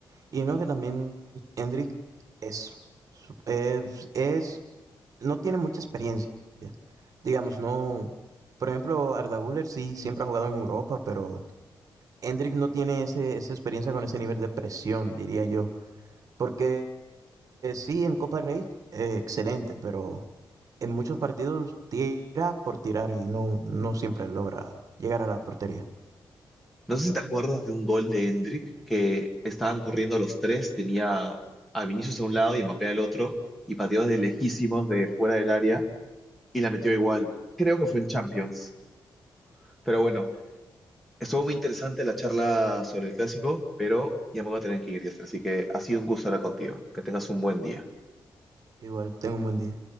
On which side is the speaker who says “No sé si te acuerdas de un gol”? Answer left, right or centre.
Centre